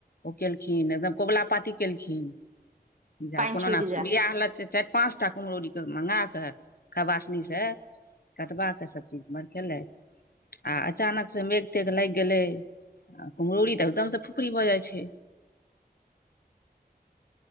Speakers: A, on the left; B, on the right.
A: ओ केलखिन एकदम कबुला पााती केलखिन जा
B: पानि
A: कोनो
B: छुटि
A: न
B: जाय
A: बियाह लगतै चारि पाँच टा कुम्हरौरी के मंगा कऽ खबासनीसँ कटबा कऽ सभचीज बड़कैलैथ आ अचानक से मेघ तेघ लागि गेलै आ कुम्हरौरी तऽ एकदम से फुफरी भऽ जाइ छै